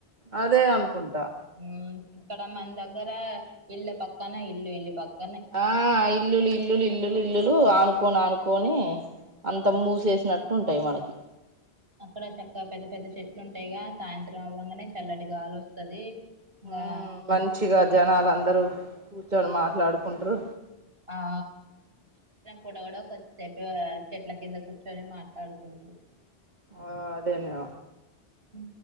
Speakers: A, on the right; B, on the right.
A: అదే అనుకుంటా
B: మ్మ్ ఇక్కడ మన దగ్గర ఇల్లు పక్కన ఇల్లు ఇల్లు పక్క
A: ఆ ఇల్లులు ఇల్లులు ఇల్లులు ఇల్లులు ఆనుకోని ఆనుకోని అంత
B: ఆ
A: మూసేసినట్టు ఉంటాయి మనకి
B: అక్కడ చక్క పెద్ద పెద్ద చెట్లు ఉంటాయిగా సాయంత్రం అవంగానే చల్లటిగాలి వస్తది ఇంగా
A: ఆ మంచిగా జనాలు అందరూ కూర్చొని మాట్లాడుకుంటారు
B: ఆ కూడా కూడా కొద్దిసేప చెట్ల కింద కూర్చొని మాట్లాడుకుంటారు
A: ఆ అదేన్న
B: హు